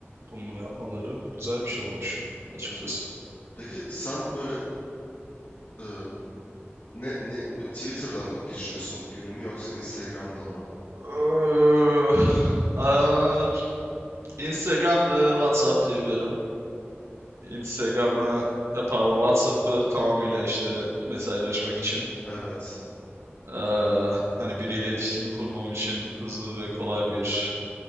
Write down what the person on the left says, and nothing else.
Evet. Peki sen böyle e, ne, ne Twitter'da mı geçiriyorsun gününü yoksa Instagram'da mı?
Evet.